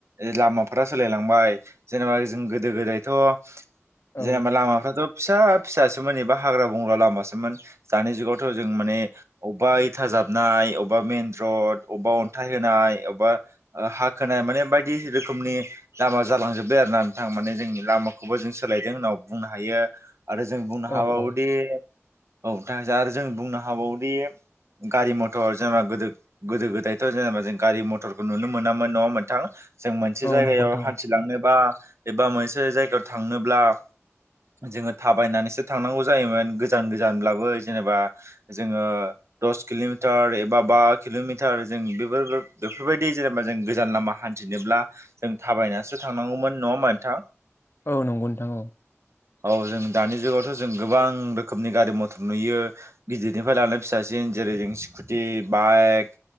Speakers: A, on the right; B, on the left.
A: लामाफोरा सोलायलांबाय जेनेबा जों गोदो गोदाय थ'
B: औ
A: जेनेबा लामाफ्राथ' फिसा फिसासोमोन एबा हाग्रा बंग्रा लामासोमोन। दानि जुगावथ' जों माने अबेबा इथा जाबनाय अबेबा मेन रड अबेबा अन्थाइ होनाय अबेबा हा खोनाय माने बायदि रोखोमनि लामा जालांजोबबाय आरो ना नोंथां माने जोंनि लामाखौबो जों सोलायदों उनाव बुंनो हायो आरो जों बुंनो
B: औ
A: हाबावोदि
B: औ
A: औ नोथां जा आरो जों बुंनो हाबावोदि गारि मथर जेनेबा गोदो गोदो गोदायथ' जेनेबा जों गारि मथरखौ नुनो मोनामोन न'आव मोनथां जों मोनसे
B: औ
A: जायगायाव
B: नंगौ नोंथां
A: हान्थिलांनोबा एबा मोनसे जायगायाव थांनोब्ला जोङो थाबायनानैसो थांनांगौ जायोमोन गोजान गोजानब्लाबो जेनेबा जोङो दस किल'मिटार एबा बा किल'मिटार जों बेफोर बेफोरबायदि जेनेबा जों गोजान लामा हान्थिनोब्ला जों थाबायनासो थांनांगौमोन नङा मोनोनोंथां
B: औ नंगौ नोंथां औ
A: औ जों दानि जुगावथ' जों गोबां रोखोमनि गारि मथर नुयो गिदिरनिफ्राय लानानै फिसासिन जेरै जों स्कुटि बाइक